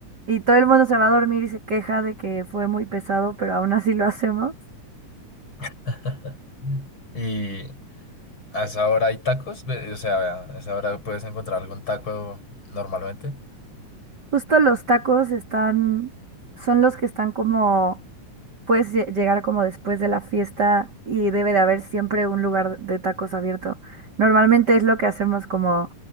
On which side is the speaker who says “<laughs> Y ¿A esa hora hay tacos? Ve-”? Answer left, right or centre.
Left